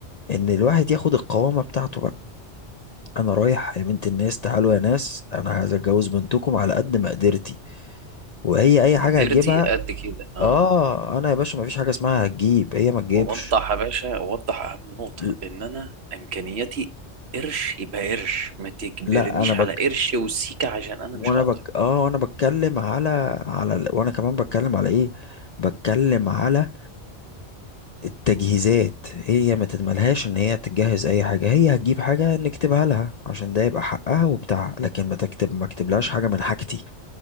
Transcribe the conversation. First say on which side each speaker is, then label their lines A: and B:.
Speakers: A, on the left; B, on the right.
A: ان الواحد ياخد القوامة بتاعته بقى انا رايح يا بنت الناس تعالوا يا ناس انا عايز اتجوز بنتكم على قد مقدرتي وهي اي
B: مقدرتي
A: حاجه هتجيبها
B: قد كده اه
A: اه انا يا باشا ما فيش حاجه اسمها هتجيب هي ما تجيبش
B: ووضح يا باشا ووضح اهم نقطة
A: ل-
B: ان انا امكانياتي قرش يبقى قرش ما تجبرنيش
A: لا انا بك
B: على قرش وسيكة عشان انا
A: وانا
B: مش هقدر
A: بك اه وانا بتكلم على على ال- وانا كمان بتكلم على ايه بتكلم على التجهيزات هي ما تتملهاش ان هي تجهز اي حاجه هي هتجيب حاجه نكتبها لها عشان ده يبقى حقها وبتاعها لكن ما تكتب ما اكتبلهاش حاجه من حاجتي